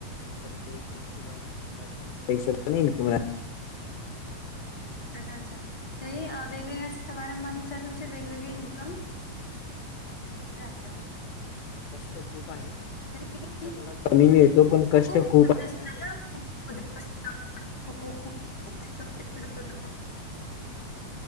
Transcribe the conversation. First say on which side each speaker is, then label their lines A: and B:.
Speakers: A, on the left; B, on the left.
A: पर डेच्या हिशेबाने जस असेल त्या हिशोबाने इन्कम राहत ते
B: अच्छा अच्छा तरी वेगवेगळ्या समारंभानुसार तुमचे वेगवेगळे इन्कम.
A: हा
B: राहतं
A: राहते, कष्ट खूप आहे पैसा
B: अच्छा तरी किती
A: थोडा कमी मिळतो पण
B: हो
A: कष्ट
B: खूपच
A: खूप आहे ना त्यात
B: <unintelligible> असतं. त्याचं जोडणं